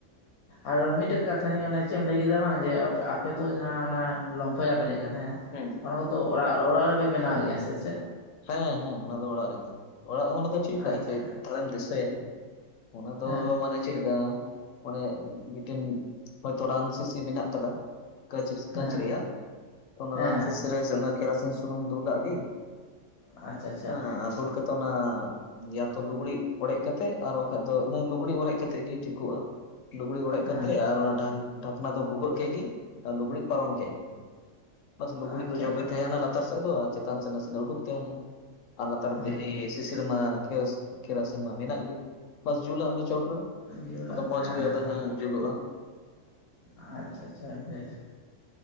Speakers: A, on the left; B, on the left.
A: ᱟᱨ ᱢᱤᱫᱴᱮᱡ ᱠᱟᱛᱷᱟᱧᱮ ᱪᱮᱫ ᱮᱢ ᱞᱟᱹᱭ ᱠᱮᱫᱟ ᱵᱟᱝ ᱡᱮ ᱟᱯᱮᱫᱚ ᱡᱟᱦᱟᱸ ᱚᱱᱟ ᱞᱚᱢᱯᱷᱚ ᱡᱟᱦᱟᱸ ᱯᱮ ᱞᱟᱹᱭᱮᱫ ᱠᱟᱱ ᱦᱮᱸ
B: ᱦᱩᱸ
A: ᱚᱱᱟ ᱠᱚᱫᱚ ᱚᱲᱟᱜ ᱚᱲᱟᱜ ᱨᱮᱯᱮ ᱵᱮᱱᱟᱣ ᱜᱮᱭᱟ ᱥᱮ ᱪᱮᱫ
B: ᱦᱮᱸ ᱦᱮᱸ ᱚᱱᱟ ᱫᱚ ᱚᱲᱟᱜ ᱨᱮ ᱜᱮ ᱚᱲᱟᱜ ᱚᱱᱟ ᱫᱚ ᱪᱮᱫ ᱞᱮᱠᱟ
A: ᱟᱪᱪᱷᱟ
B: ᱛᱟᱦᱚᱞᱮᱢ ᱫᱤᱥᱟᱹᱭᱟ ᱦᱮᱸ ᱚᱱᱟ ᱫᱚ
A: ᱦᱮᱸ
B: ᱢᱟᱱᱮ ᱪᱮᱫ ᱞᱮᱠᱟ ᱚᱱᱮ ᱢᱤᱫᱴᱮᱱ ᱦᱚᱭᱛᱚ ᱨᱟᱱ ᱥᱤᱥᱤ ᱢᱮᱱᱟᱜ ᱟᱠᱟᱫᱟ ᱠᱟᱸᱹᱪ
A: ᱦᱮᱸ
B: ᱠᱟᱹᱸᱪ ᱨᱮᱭᱟᱜ ᱛᱚ ᱚᱱᱟ
A: ᱦᱮᱸ
B: ᱨᱟᱱ ᱥᱤᱥᱤ ᱨᱮ ᱚᱱᱟ ᱠᱮᱨᱟᱥᱤᱱ ᱥᱩᱱᱩᱢ ᱫᱩᱞᱟᱜ ᱜᱮ
A: ᱟᱪᱪᱷᱟ ᱟᱪᱪᱷᱟ
B: ᱦᱮᱸ ᱫᱩᱞ ᱠᱟᱛᱮ ᱚᱱᱟ ᱭᱟᱛᱚ ᱞᱩᱜᱽᱲᱤᱡ ᱚᱲᱮᱡ ᱠᱟᱛᱮᱜ ᱟᱨ ᱵᱟᱠᱷᱟᱡ ᱫᱚ ᱦᱮᱸ ᱞᱩᱜᱽᱲᱤᱡ ᱚᱲᱮᱡ ᱠᱟᱛᱮᱜ ᱜᱮ ᱴᱷᱤᱠᱚᱜᱼᱟ᱾ ᱞᱩᱜᱽᱲᱤ ᱚᱲᱮᱡ
A: ᱦᱮᱸ
B: ᱠᱟᱛᱮᱜ ᱟᱨ ᱚᱱᱟ ᱰᱷᱟ ᱰᱷᱟᱠᱱᱟ ᱫᱚ ᱵᱷᱩᱜᱟᱹᱜ ᱠᱮᱫ ᱜᱮ ᱟᱨ ᱞᱩᱜᱽᱲᱤᱡ ᱯᱟᱨᱚᱢ ᱠᱮᱫ ᱜᱮ ᱵᱟᱥ ᱞᱩᱜᱽᱲᱤ
A: ᱟᱪᱪᱷᱟ
B: ᱫᱚ ᱡᱚᱵᱮ
A: ᱟᱪᱪᱷᱟ
B: ᱛᱟᱦᱮᱱᱟ ᱞᱟᱛᱟᱨ ᱥᱮᱫ ᱫᱚ ᱟᱨ ᱪᱮᱛᱟᱱ ᱥᱮᱫ ᱱᱟᱥᱮᱱᱟᱜ ᱩᱰᱩᱠ ᱛᱟᱦᱮᱱᱟ ᱟᱨ ᱞᱟᱛᱟᱨ
A: ᱦᱮᱸ
B: <unintelligible> ᱥᱤᱥᱤ ᱨᱮᱢᱟ ᱠᱮᱨ ᱠᱮᱨᱟᱥᱤᱱ ᱢᱟ ᱢᱮᱱᱟᱜ ᱜᱮ ᱵᱟᱥ ᱡᱩᱞᱟᱜ ᱢᱮ ᱪᱚᱴ ᱯᱩᱨᱟᱹ
A: ᱡᱩᱞ
B: ᱟᱫᱚ ᱢᱚᱸᱡᱽ
A: ᱦᱮᱸ
B: ᱜᱮ ᱟᱫᱚ ᱦᱟᱸᱜ ᱡᱩᱞᱩᱜᱼᱟ
A: ᱟᱪᱷᱟ ᱟᱪᱷᱟ ᱵᱮᱥ